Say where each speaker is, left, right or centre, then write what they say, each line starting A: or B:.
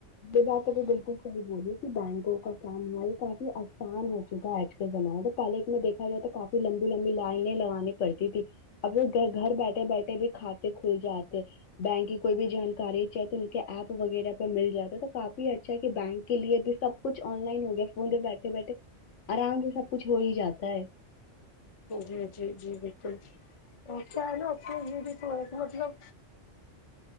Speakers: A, on the left; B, on the left.
A: یہ بات ابھی بالکل صحیح بولی کہ بینکوں کا کام ہماری کافی آسان ہو چکا ہے آج کے زمانے میں پہلے میں دیکھا جائے تو کافی لمبی لمبی لائنیں لگانی پڑتی تھی اب وہ گھ گھر بیٹھے بیٹھے بھی کھاتے کھل جاتے بینک کی کوئی بھی جانکاری چاہے تو کے ایپ وغیرہ پہ مل جاتا ہے تو کافی اچھا کہ بینک کے لیے بھی سب کچھ آن لائن ہو گیا فون پہ بیٹھے بیٹھے آرام سے سب کچھ ہو ہی جاتا ہے
B: جی جی جی بالکل اور کیا ہے ناں اس یہ بھی تو ہے مطلب